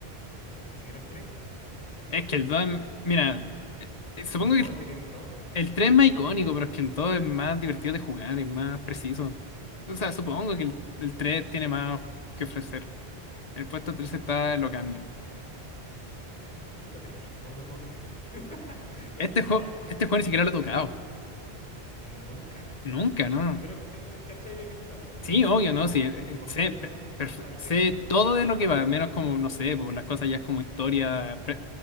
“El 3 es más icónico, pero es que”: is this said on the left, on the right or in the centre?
Left